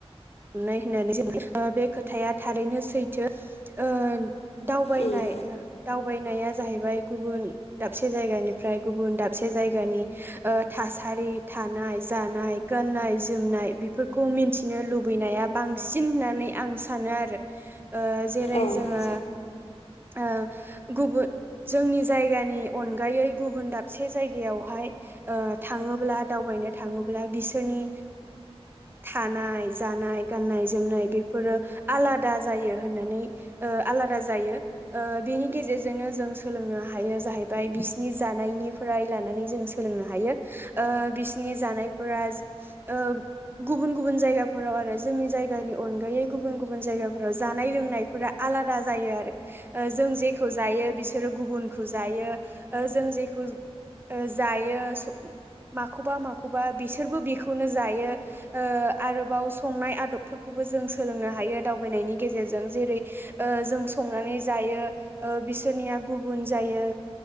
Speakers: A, on the right; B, on the left.
A: नाय होननानै बे खोथाया थारैनो सैथो ओ दावबायनाय
B: उम
A: दावबायनाया जाहैबाय गुबुन दाबसे जायगानिफ्राय गुबुन दाबसे जायगानि ओ थासारि थानाय जानाय गाननाय जोमनाय बेफोरखौ मिन्थिनो लुबैयो लुबैनाया बांसिन होननानै आं सानो आरो ओ जेरै
B: औ उम
A: जोङो ओ गुबुन जोंनि जायगानि अनगायै गुबुन दाबसे जायगायावहाय ओ थाङोब्ला दावबायनो थाङोब्ला बिसोरनि थानाय जानाय गाननाय जोमनाय बेफोरो आलादा जायो होननानै ओ आलादा जायो ओ बेनि गेजेरजोंनो जों सोलोंनो हायो जाहैबाय बिसिनि जानायनिफ्राय लानानै जों सोलोंनो हायो ओ बिसनि जानायफोरा ओ गुबुन गुबुन जायगा फोराव आरो जोंनि जायगानि अनगायै गुबुन गुबुन जायगाफोराव जानाय लोंनायफोरा आलादा जायो आरो ओ जों जेखौ जायो बिसोरो गुबुनखौ जायो ओ जों जेखौ ओ जायो माखौबा माखौबा बिसोरबो बेखौनो जायो ओ आरो बाव संनाय आदबफोरखौबो जों सोलोंनो हायो दावबायनायनि गेजेरजों जेरै ओ जों संनानै नै जायो ओ बिसोरनिया गुबुन जायो